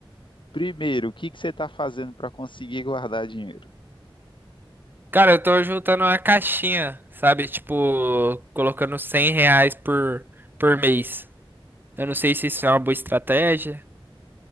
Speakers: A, on the left; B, on the right.
A: Primeiro, o que que você tá fazendo para conseguir guardar dinheiro?
B: Cara, eu tô juntando uma caixinha, sabe? Tipo, colocando 100 reais por, por mês. Eu não sei se isso é uma boa estratégia.